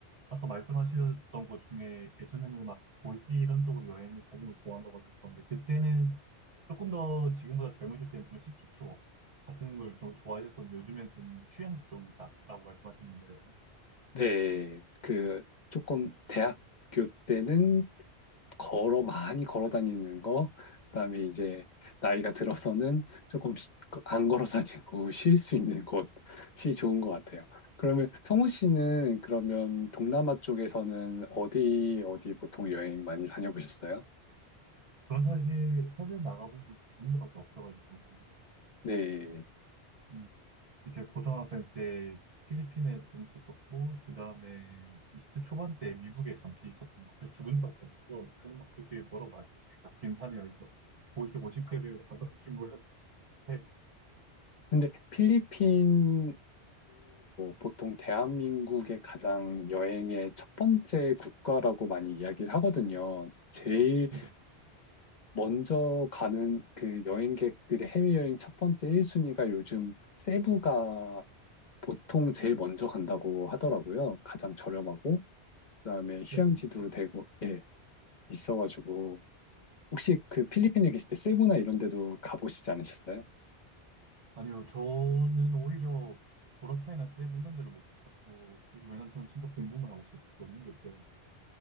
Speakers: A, on the right (about 50°); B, on the left (about 45°).
A: 아까 말씀하셨던 것 중에 예전에는 막 몰디 이런 쪽으로 여행을 다니는 걸 좋아한다고 하셨었는데 그때는 조금 더 지금보다 젊으실 때는 좀 시티 투어 같은 걸 좀 좋아하셨었는데 요즘엔 좀 휴양지 쪽이다라고 말씀하시는 거예요.
B: 네, 그 조금 대학 학교 때는 걸어 많이 걸어 다니는 거 그다음에 이제 나이가 들어서는 조금 쉬- 안 걸어 다니고 쉴 수 있는 곳이 좋은 것 같아요. 그러면 성우 씨는 그러면 동남아 쪽에서는 어디 어디 보통 여행 많이 다녀보셨어요?
A: 저는 사실 해외 나가본 곳이 두 군데밖에 없어가지고
B: 네.
A: 음, 이제 고등학생 때 필리핀에 좀 있었었고 그 다음에 20대 초반 때 미국에 잠시 있었던 것 사실 두 군데밖에 없어서 저는 막 그렇게 뭐라고 말씀드리긴 하네요. 이제 50, 50개를 가다 오신 거예요. <laughs>
B: 근데 필리핀도 보통 대한민국의 가장 여행의 첫 번째 국가라고 많이 이야기를 하거든요. 제일
A: 네.
B: 먼저 가는 그 여행객들의 해외여행 첫 번째 1순위가 요즘 세부가 보통 제일 먼저 간다고 하더라고요. 가장 저렴하고, 그다음에 휴양지도
A: 뭐, 뭐라-
B: 되고, 예, 있어가지고. 혹시 그 필리핀에 계실 때 세부나 이런 데도 가보시지 않으셨어요?
A: 아니요, 저는 오히려 보라카이나 세부 이런 데를 못 갔었고, 왜냐면 저는 진짜 공부만 하고 있었거든요, 그때.